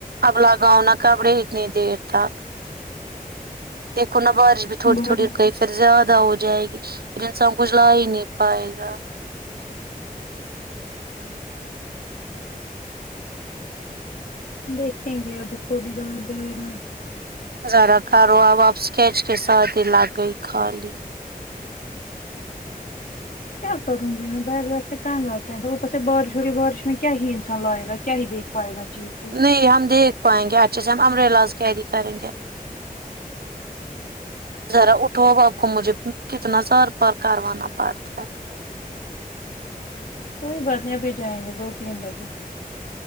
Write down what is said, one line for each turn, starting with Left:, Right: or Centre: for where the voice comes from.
Right: اب لگاؤ نا کپڑے اتنی دیر تک دیکھونا بارش بھی تھوڑی
Left: بہت
Right: تھوڑی رک گئی پھر زیادہ ہو جائے گی پھر انسان کچھ لا ہی نہیں پائے گا
Left: دیکھیں گے ابھی تھوڑی در دیرا
Right: ذرا تارو اب آب اسکیچ کے ساتھ لگ گئی خالی
Left: کیا کروں گی میں بیٹھ بیٹھ کے تنگ آتا بارش ہو رہی بارش میں کیا ہی انسان لائے گا کیا ہی دیک پائے گا چیز سے
Right: نہیں ہم دیکھ پائیں گے اچھے سے ہم امبریلاز کیری کریں گے ذرا اٹھو آپ کو مجھے کتنا سار کروانا پڑتا ہے
Left: کوئی بات نہیں ابھی جائیں گے دو تین بجہ